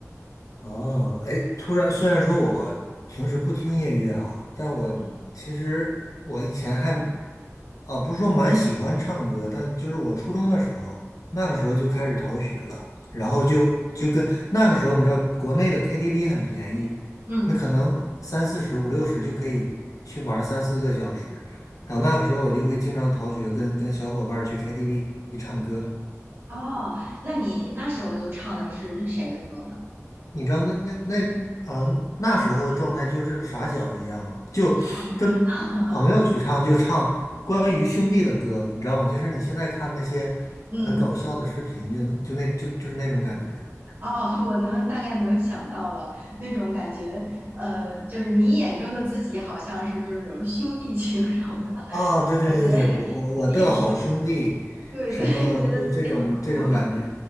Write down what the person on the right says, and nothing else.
嗯
嗯。
哦，那你那时候都唱的是谁的歌呢？
啊，<laughs>
嗯，
哦，我能大概能想到了那种感觉，呃，就是你眼中的自己好像是就是那种兄弟情什么的
感觉，<laughs>
你眼中的对对，
觉得自己很酷，